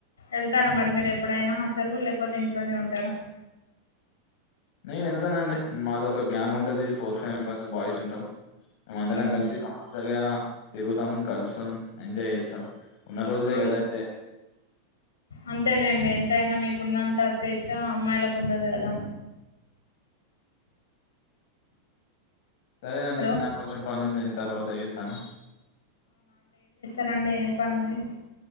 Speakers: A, on the left (about 70°); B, on the left (about 55°).
A: ఎళ్తార మరి మీరు ఎప్పుడైనా అసలు లేకపోతే ఇంట్లోనే ఉంటార
B: నేను ఎల్తానండి మాది ఒక గ్యాంగ్ ఉంటది ఫోర్ ఫైవ్ మెంబర్స్ బాయ్స్ ఉంటాం మేమందరం
A: ఉమ్
B: కలిసి కంపల్సరిగా తిరుగుతాం కలుస్తాం ఎంజాయ్ చేస్తాం ఉన్న రోజులే
A: అం
B: కదా అండి
A: అంతేలేండి ఎంతైనా మీకున్నంత స్వేచ్ఛ అమ్మాయిలకు ఉండదు కదా
B: సరేనండి
A: హలో
B: నాకు కొంచెం పని ఉంది నిను తర్వాత చేస్తాను
A: సండే ఎం పని ఉంది